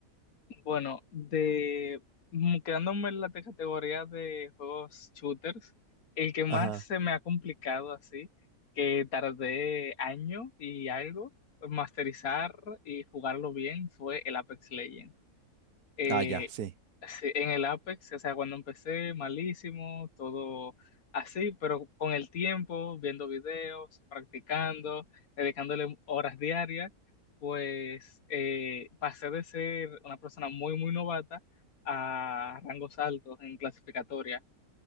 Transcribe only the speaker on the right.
Ajá.
Ah, ya, sí.